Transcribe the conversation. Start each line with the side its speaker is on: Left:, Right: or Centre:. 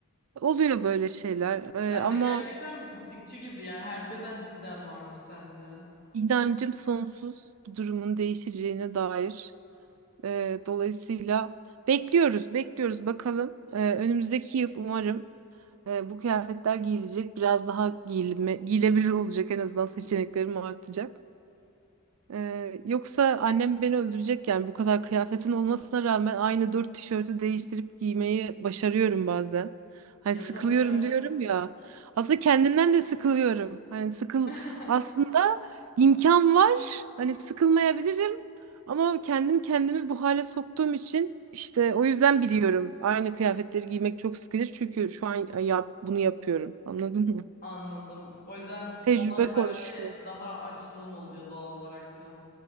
Right: Oluyor böyle şeyler Eee,
Left: sen
Right: ama
Left: de gerçekten butikçi gibi yani her beden cidden varmış sende.
Right: inancım sonsuz bu durumun değişeceğine dair. Ee, dolayısıyla bekliyoruz, bekliyoruz bakalım. Ee, önümüzdeki yıl umarım e, bu kıyafetler giyilecek, biraz daha giyilme, giyilebilir olacak en azından seçeneklerim artacak. Ee, yoksa annem beni öldürecek yani bu kadar kıyafetin olmasına rağmen aynı dört tişörtü değiştirip giymeyi başarıyorum bazen. Hani
Left: Ya
Right: sıkılıyorum
Left: tabii.
Right: diyorum ya. Aslında kendimden de sıkılıyorum. Hani sıkıl
Left: <laughs>
Right: aslında imkan var. Hani sıkılmayabilirim ama kendim kendimi bu hale soktuğum için işte o yüzden biliyorum. Aynı kıyafetleri giymek çok sıkıcı çünkü şu an yap bunu yapıyorum. Anladın mı?
Left: Anladım. O yüzden
Right: Tecrübe
Left: ona karşı
Right: konuşuyor.
Left: bir daha açlığın oluyor doğal olarak da.